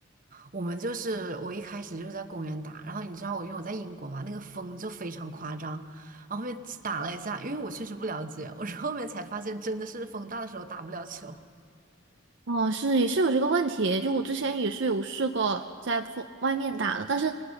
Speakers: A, on the right; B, on the right.
A: 我们就是我一开始就是在公园打，然后你知道我因为我在英国嘛，那个风就非常夸张，然后后面打了一下，因为我确实不了解，我是后面才发现真的是风大的时候打不了球。
B: 哦，是也是有这个问题，就我之前也是有试过在风外面打的，但是